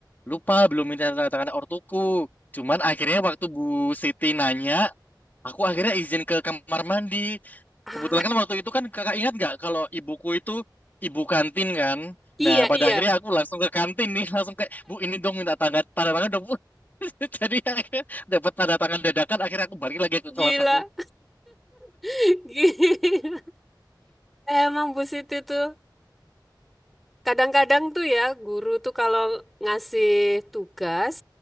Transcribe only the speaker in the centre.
Ah,
iya,
iya.
Gila.
<laughs> Gila. Emang Bu Siti tuh. Kadang-kadang tuh ya guru tuh kalau ngasih tugas